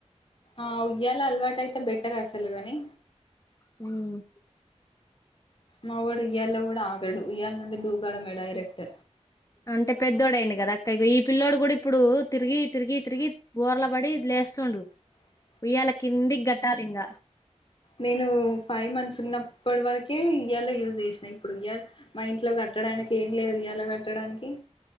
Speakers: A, on the left; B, on the left.
A: ఆ ఉయ్యాల అలవాటు అయితే బెటర్ అసలు అని
B: హ్మ్
A: మావోడు ఉయ్యాల లోకూడా ఆగడు ఉయ్యాల నుండి దూకడమే డైరెక్ట్
B: అంటే పెద్దోడు అయిండు కదా అక్క ఈ పిల్లోడు కూడా ఇప్పుడు తిరిగి తిరిగి తిరిగి బోర్ల పడి లే లేస్తుండు
A: అ
B: ఉయ్యాల కిందికి కట్టాలింగ
A: నేను ఫైవ్ మంత్స్ ఉన్నప్పటి వరకే ఉయ్యాల లో యూజ్ చేసినా ఇప్పుడు ఉయ్యాల మా ఇంట్లో కట్ కట్టడానికి ఏం లేదు ఉయ్యాల కట్టడానికి